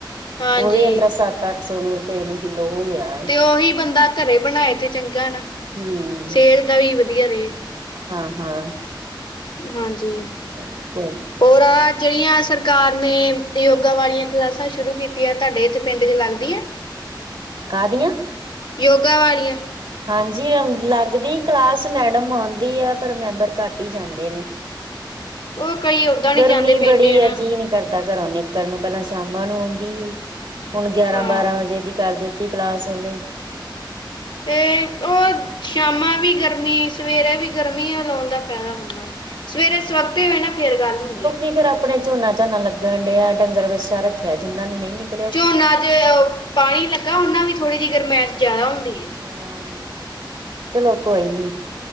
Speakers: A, on the left; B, on the right.
A: ਹਾਂਜੀ
B: ਉਹ ਈ ਅੰਦਰਾ ਸੱਤ ਤੱਠ ਸੋ ਨੂੰ ਤਿੰਨ ਕਿੱਲੋ ਹੋ ਗਿਆ। ਏ।
A: ਤੇ ਉਹੀ ਬੰਦਾ ਘਰੇ ਬਣਾਏ ਤੇ ਚੰਗਾ ਨਾ।
B: ਹੂੰ
A: ਸੇਤ ਦਾ ਵੀ ਵਧੀਆ ਰਏ।
B: ਹਾਂ, ਹਾਂ।
A: ਹਾਂਜੀ,
B: ਚਲੋ ਕੋਈ ਨੀ
A: ਔਰ ਆ ਜੇੜੀਆਂ ਸਰ ਕਾਰ ਨੇ ਯੋਗਾ ਵਾਲੀਆਂ ਕਲਾਸਾਂ ਸ਼ੁਰੂ ਕੀਤੀਆ, ਤਾਡੇ ਇੱਥੇ ਪਿੰਡ 'ਚ ਲੱਗ ਦਿਆਂ?
B: ਕਾਹਦੀਆਂ
A: ਯੋਗਾ ਵਾਲੀਆਂ।
B: ਹਾਂਜੀ ਅੰਗ ਲੱਗਦੀ ਕਲਾਸ ਮੈਡਮ ਆਉਂਦੀ ਆ, ਪਰ ਮੈਂਬਰ ਘੱਟ ਈ ਜਾਂਦੇ ਨੇ।
A: ਉਹ ਕਈ ਓਦਾਂ ਨੀ
B: ਗਰਮੀ
A: ਜਾਂਦੇ ਪਿੰਡ
B: ਬੜੀ
A: ਆ ਨਾ
B: ਐ, ਜੀ ਨੀ ਕਰਦਾ ਘਰੋਂ ਨਿਕਲ ਨੂੰ। ਪਹਿਲਾਂ ਸ਼ਾਮਾਂ ਨੂੰ ਔੰਦੀ ਹੀ। ਹੁਣ ਗਿਆਰਾਂ
A: ਹਾਂ
B: ਬਾਰਾਂ ਵਜੇ ਦੀ ਕਰ ਦਿੱਤੀ ਕਲਾਸ ਉਹਨੇ।
A: ਤੇ ਓ ਸ਼ਾਮਾਂ ਵੀ ਗਰਮੀ, ਸਵੇਰੇ ਵੀ ਗਰਮੀ ਔ ਲਾਉਣ ਦਾ ਫੈਦਾ ਬਾ ਹਾਂ, ਸਵੇਰੇ ਸਵਕਤੇ ਹੋਏ ਨਾ ਫੇਰ ਗੱਲ ਹੁੰਦੀ ਆ।
B: ਕਿ ਫੇਰ ਆਪਨੇ ਝੋਨਾ ਝਾਨਾ ਲੱਗਣ ਡਿਆ, ਡੰਗਰ ਵੱਛਾ ਰੱਖਿਆ ਜਿਨ੍ਹਾਂ ਨੇ ਨਹੀਂ ਨਿਕ
A: ਝੋਨਾ ਜੇ ਔ ਪਾਣੀ ਲੱਗਾ ਉਹਨਾ ਵੀ ਥੋੜ੍ਹੀ ਜਿਹੀ ਗਰਮੈਸ਼ ਜਿਆਦਾ ਹੁੰਦੀ ਐ।
B: ਆਂ, ਚਲੋ ਕੋਈ ਨੀ।